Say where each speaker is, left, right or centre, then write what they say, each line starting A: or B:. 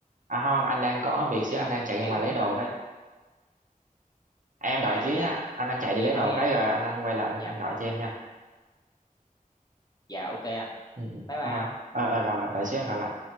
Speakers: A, on the right; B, on the left.
A: à không không anh đang có việc xíu
B: dạ
A: anh đang chạy ra
B: kiểu
A: ngoài
B: như
A: lấy
B: là
A: đồ cái em đợi
B: à
A: xíu
B: dạ
A: nha anh anh chạy đi
B: vậy
A: lấy
B: thôi
A: đồ cái
B: ờ,
A: rồi
B: mình
A: anh anh quay lại anh
B: dạ
A: anh gọi cho em nha
B: dạ ok anh
A: ừ, ừ.
B: bye
A: bye
B: bye anh
A: bye ờ ờ, rồi rồi, đợi xíu anh gọi lại